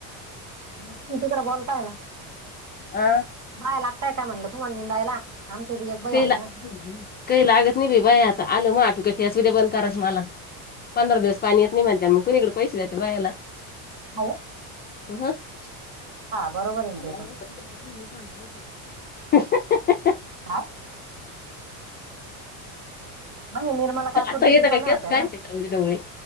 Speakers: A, on the right (about 45°); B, on the left (about 25°).
A: मग तुम्ही तिकडं बोलताय ना
B: आ
A: बायां लागताय का... म्हणलं तुम्हाला निंदायला... आमच्या हिथं एक बाई
B: काही
A: हाये
B: ला
A: ना
B: काही लागत नाही बाई... बाया आता... आलं माह्या आटूक्यात <unintelligible> उद्या बंद कराय मला पंधरा दिवस पाणी येत नाई म्हणत्या... मग कुणीकडे पैसेे देता बायाला?
A: हाये
B: हूं हूं <unintelligible>
A: बरोबर आहे
B: <unintelligible>
A: ना ते पण
B: हूंहूं हूं हूंहूं
A: हाव म्हणजे निर्मला काकूरी
B: आता हिधं
A: रिकाम्या
B: काय केस
A: होत्या
B: काळी
A: ना
B: ए का ढवळे...